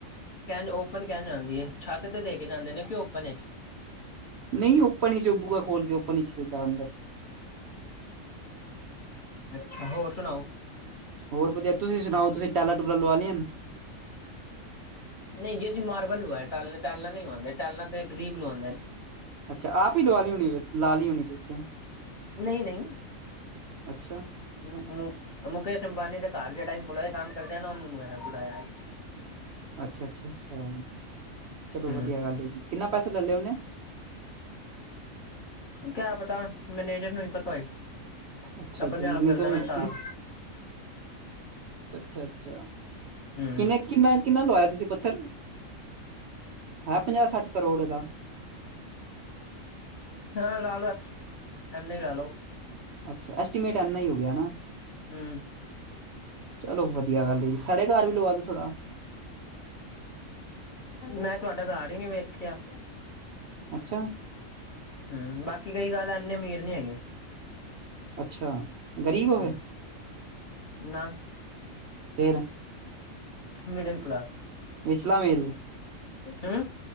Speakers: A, on the left; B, on the right.
A: ਕੈਂਝ ਓਪਨ ਕੈਂਝ ਆਂਦੀ ਏ, ਛੱਤ ਤੇ ਦੇ ਕੇ ਜਾਂਦੇ ਨੇ ਕਿ ਓਪਨ ਵਿਚ।
B: ਨਹੀਂ ਓਪਨ ਵਿਚ ਉਹ ਬੂਆ ਖੋਲ ਕੇ ਓਪਨ ਵਿਚ ਸਿੱਧਾ ਅੰਦਰ।
A: ਅੱਛਾ, ਹੋਰ ਸੁਣਾਓ?
B: ਹੋਰ ਵਧੀਆ। ਤੁਸੀਂ ਸੁਣਾਓ ਤੁਸੀਂ ਟਾਇਲਾਂ ਟੂਲਾ ਲਵਾ ਲਈਆਂ?
A: ਨਹੀਂ ਜੀ, ਅਸੀਂ ਮਾਰਬਲ ਲਵਾਇਆ ਟ ਟੈਲਾ ਨੀ ਲਵਾਉਂਦੇ, ਟੈਲਾ ਤੇ ਗਰੀਬ ਲਵਾਉਂਦੇ।
B: ਅੱਛਾ ਆਪ ਹੀ ਲਵਾ ਲਈ ਹੋਣੀ ਫੇਰ, ਲਾ ਲਈ ਹੋਣੀ ਤੁਸੀ,
A: ਨਹੀਂ ਨਹੀਂ
B: ਅੱਛਾ।
A: <unintelligible> ਮੁਕੇਸ਼ ਅੰਬਾਨੀ ਦੇ ਘਰ ਜਿਹੜਾ ਇੰਪਲੋਏ ਕੰਮ ਕਰਦੇ ਨਾ ਉਹਨੂੰ ਬੁਲਾਇਆ।
B: ਅੱਛਾ ਅੱਛਾ ਅੱਛਾ, ਚਲੋ
A: ਹਮ
B: ਵਧੀਆ ਗੱਲ ਐ ਜੀ। ਕਿੰਨਾ ਪੈਸੇ ਲੈ ਲਿਆ ਉਹਨੇ?
A: ਕਿਆ ਪਤਾ ਮੈਨੇਜਰ ਨੂੰ ਹੀ ਪਤਾ ਹੋਏ।
B: ਅੱਛਾ
A: ਆਪਣੇ
B: ਅੱਛਾ ਮਨੇਜਰ
A: ਆਪ ਕਰ ਦੇਣਾ
B: ਨੂੰ।
A: ਸਾਫ਼
B: ਅੱਛਾ ਅੱਛਾ,
A: ਹੂੰ
B: ਕਿਨੇ ਕਿੰਨਾ ਕਿੰਨਾ ਲਵਾਇਆ ਤੁਸੀਂ ਪੱਥਰ, ਹੈ ਪੰਜਾਹ ਸੱਠ ਕਰੋੜ ਦਾ?
A: ਹਾਂ, ਲਾ ਲੋ ਐਨਾ ਹੀ ਲਾ ਲੋ।
B: ਅੱਛਾ, ਐਸਟੀਮੇਟ ਐਨਾ ਹੀ ਹੋ ਗਿਆ ਨਾ।
A: ਹੂੰ।
B: ਚਲੋ ਵਧੀਆ ਗੱਲ ਐ ਜੀ, ਸਾਡੇ ਘਰ ਵੀ ਲਵਾ ਦੋ ਥੋੜਾ।
A: ਮੈਂ ਤੁਹਾਡਾ ਘਰ ਹੀ ਨਹੀਂ ਵੇਖਿਆ।
B: ਅੱਛਾ।
A: ਹੂੰ, ਬਾਕੀ ਕਈ ਗੱਲ ਇੰਨੇ ਅਮੀਰ ਨੀ ਹੈਗੇ ਅਸੀਂ।
B: ਅੱਛਾ ਗ਼ਰੀਬ ਹੋ
A: ਹੂੰ
B: ਫਿਰ?
A: ਨਾ
B: ਫਿਰ
A: ਮਿਡਲ ਕਲਾਸ।
B: ਵਿਚਲਾ ਮੇਲ?
A: ਹੂੰ।